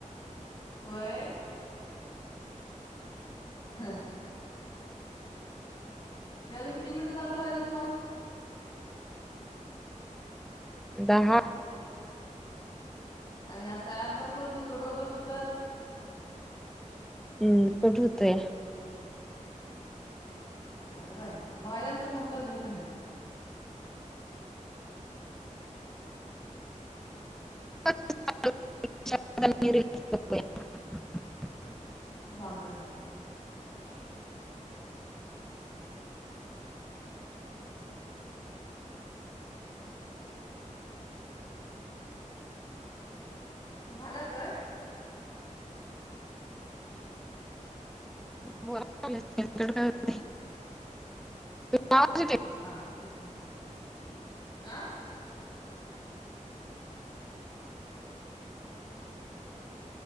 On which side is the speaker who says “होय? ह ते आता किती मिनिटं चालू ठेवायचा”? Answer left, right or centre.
Left